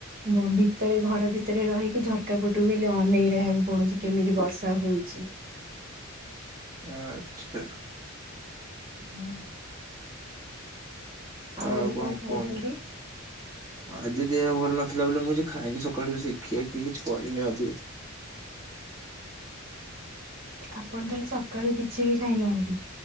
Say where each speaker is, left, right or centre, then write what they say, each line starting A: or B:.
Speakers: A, on the right; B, on the right.
A: ମୁଁ ଭିତରେ ଘର ଭିତରେ ରହିକି ଝରକା ପଟକୁ ଏଇଲେ ଅନେଇ ରହିଆକୁ ପଡୁଛି କେମିତି ବର୍ଷା ହଉଛି।
B: ଆଛା।
A: ହୁଁ।
B: ଆଉ
A: ଆଜି
B: କଣ
A: ଖାଇଛନ୍ତି?
B: କୁହନ୍ତୁ। ଆଜି ଦେହ ଭଲ ନଥିଲା ବୋଲି ମୁଁ ଯେ ଖାଇନି ସକାଳୁ ବେସି ଖିଆ ଖିଇ କିଛି କରିନି ଅଧିକ।
A: ଆପଣ ତାହେଲେ ସକାଳୁ କିଛି ବି ଖାଇନାହାନ୍ତି।